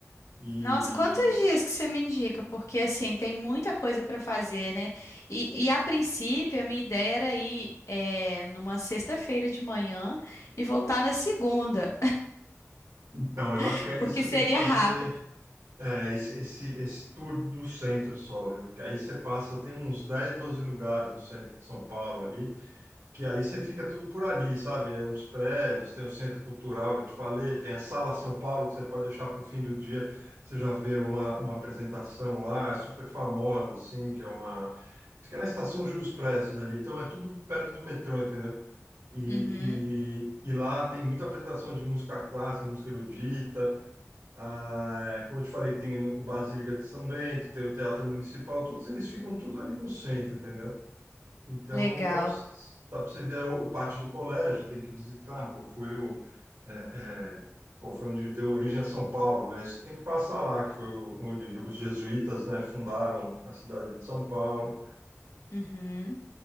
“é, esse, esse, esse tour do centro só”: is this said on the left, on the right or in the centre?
Right